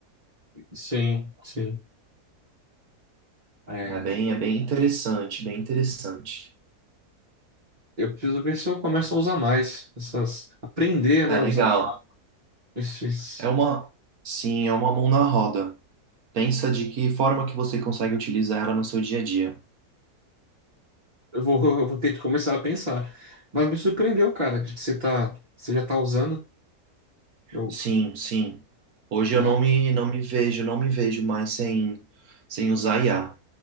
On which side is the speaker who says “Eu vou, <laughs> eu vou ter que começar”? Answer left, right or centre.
Right